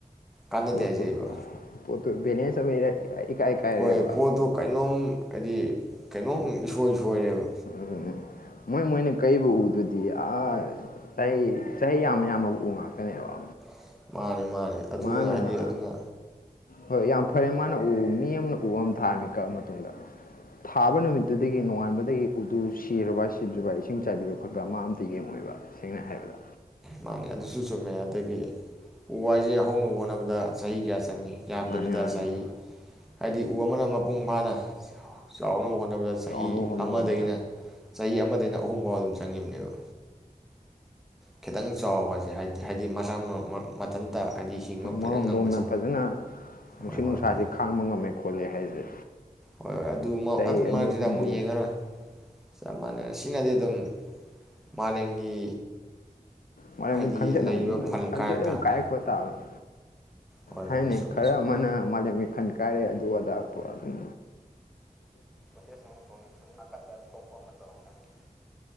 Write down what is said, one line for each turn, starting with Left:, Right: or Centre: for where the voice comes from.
Centre: ꯀꯥꯟꯅꯗꯦ
Left: ꯄꯣꯠꯇꯨ
Centre: ꯍꯥꯏꯖꯔꯤꯕ
Left: ꯄꯣꯠꯇꯨ <unintelligible> ꯀꯥꯏꯔꯦꯕ
Centre: ꯍꯣꯏ ꯄꯣ ꯇ ꯀꯩꯅꯣꯝ ꯍꯥꯏꯗꯤ ꯀꯩꯅꯣꯝ ꯏꯁꯣꯏ ꯁꯣꯏꯔꯦꯕ
Left: ꯑꯗꯨꯅꯤ ꯃꯣꯏ ꯃꯣꯏꯅ ꯀꯩꯕ ꯎꯗꯨꯗꯤ ꯑꯥ ꯆꯍꯤ ꯆꯍꯤ ꯌꯥꯝ ꯌꯥꯝꯕ ꯎ ꯉꯥꯛꯇꯅꯦꯕ
Centre: <unintelligible> ꯑꯗꯨꯅ
Left: ꯃꯥꯅ
Centre: ꯍꯥꯏꯗꯤ ꯑꯗꯨꯅ
Left: ꯍꯣꯏ ꯌꯥꯝ ꯐꯔꯦ ꯃꯥꯅ ꯎ ꯃꯤ ꯑꯃꯅ ꯎ ꯑꯃ ꯊꯥꯔꯝꯃꯤ ꯀꯛꯑ ꯃꯇꯨꯡꯗ <unintelligible> ꯅꯨꯃꯤꯠꯇꯨꯗꯒꯤ ꯅꯣꯡꯉꯥꯟꯕꯗꯒꯤ ꯎꯗꯨ ꯁꯤꯈꯔꯕ ꯁꯤꯗ꯭ꯔꯤꯕ ꯏꯁꯤꯡ ꯆꯥꯏꯕꯤꯕ ꯈꯣꯠꯄ ꯑꯃ ꯑꯝꯇ ꯌꯦꯡꯉꯣꯏꯕ ꯁꯦꯡꯅ ꯍꯥꯏꯕꯗ
Centre: ꯃꯥꯅꯦ ꯑꯗꯨꯁꯨ ꯆꯨꯝꯃꯦ ꯑꯗꯒꯤ ꯎ ꯋꯥꯏꯁꯦ ꯍꯧꯅꯕ ꯍꯣꯠꯅꯕꯗ ꯆꯍꯤ ꯀꯌꯥ ꯆꯪꯏ ꯌꯥꯝꯗꯕꯤꯗ
Left: ꯃꯥꯅꯦ ꯃꯥꯅꯦ
Centre: ꯆꯍꯤ ꯍꯥꯏꯗꯤ ꯎ ꯑꯃꯅ ꯃꯄꯨꯡ ꯐꯥꯅ ꯆꯥꯎꯅꯕ ꯍꯣꯠꯅ <unintelligible> ꯆꯍꯤ
Left: ꯆꯥꯎꯅꯕ ꯍꯣꯠꯅꯕꯗ
Centre: ꯑꯃꯗꯒꯤꯅ ꯆꯍꯤ ꯑꯃꯗꯒꯤꯅ ꯑꯍꯨꯝ ꯐꯥꯎ ꯑꯗꯨꯝ ꯆꯪꯉꯤꯕꯅꯦꯕ ꯈꯤꯇꯪ ꯆꯥꯎꯕꯁꯦ ꯍꯥꯏꯗꯤ ꯍꯥꯏꯗꯤ ꯃꯁꯥ ꯃꯊꯟꯇ ꯍꯥꯏꯗꯤ ꯍꯤꯡꯕ ꯐꯩꯅ
Left: ꯑꯗꯣꯝꯅ
Centre: ꯉꯝꯕꯁꯦ
Left: ꯐꯖꯅ ꯅꯨꯡꯁꯤꯠ
Centre: ꯍꯣꯏ ꯍꯣꯏ
Left: ꯅꯨꯡꯁꯥꯥꯁ
Centre: ꯍꯣꯏ
Left: ꯈꯥꯡꯕ ꯉꯝꯃꯦ ꯈꯣꯠꯂꯦ ꯍꯥꯏꯁꯦ
Centre: ꯍꯣꯏ ꯍꯣꯏ ꯑꯗꯨ
Left: ꯆꯍꯤ
Centre: ꯑꯗꯨ ꯃꯔꯛꯁꯤꯗ
Left: ꯑꯅꯤ ꯑꯍꯨꯝꯗꯤ
Centre: ꯑꯃꯨꯛ ꯌꯦꯡꯉꯔꯣꯏ ꯆꯞ ꯃꯥꯟꯅꯩ ꯁꯤꯅꯗꯤ ꯑꯗꯨꯝ ꯃꯥꯂꯦꯝꯒꯤ
Left: ꯃꯔ
Centre: ꯍꯥꯏꯗꯤ
Left: ꯈꯟꯖꯠ
Centre: ꯂꯩꯔꯤꯕ
Left: ꯑꯗꯨ
Centre: ꯐꯜ ꯀꯥꯏꯔ
Left: ꯈꯟꯖꯠ
Centre: ꯇꯥꯕꯅꯤ
Left: ꯑꯃꯨꯛ ꯀꯥꯏꯔꯛꯄ ꯇꯥꯕꯅꯦ
Centre: ꯍꯣꯏ
Left: ꯍꯥꯏꯅꯤ
Centre: ꯍꯣꯏ ꯆꯨꯝꯃꯤ
Left: ꯈꯔ
Centre: ꯆꯨꯝꯃꯤ
Left: ꯑꯃꯅ ꯃꯥꯂꯦꯝꯒꯤ ꯈꯜ ꯀꯥꯏꯔꯦ ꯑꯗꯨ ꯑꯗꯥ ꯑꯗꯨꯝ
Centre: ꯇꯦꯁ ꯑꯃꯨꯛ ꯇꯧꯅꯤ ꯁꯨꯝ ꯅꯥꯀꯟꯗ ꯊꯣꯛꯄ ꯑꯃ ꯇꯧꯔꯝꯒꯅꯤ